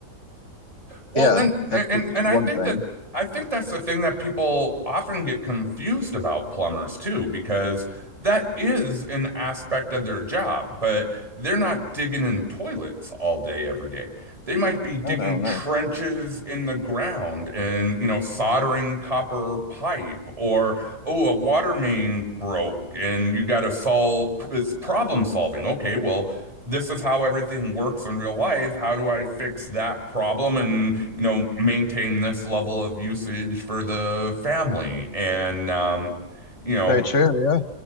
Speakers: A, on the right (about 20°); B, on the left (about 50°).
A: Well,
B: yeah,
A: and
B: that's
A: and
B: just
A: and
B: one
A: I think
B: thing.
A: that I think that's the thing that people often get confused about plumbers too, because that is an aspect of their job, but they're not digging in toilets all day every day. They might be digging
B: I don't know, no.
A: trenches in the ground and, you know, soldering copper pipe or oh, a water main broke and you got to solve it's problem solving. Okay, well, This is how everything works in real life. How do I fix that problem and you know, maintain this level of usage for the family. And, um, you know,
B: Very true, yeah.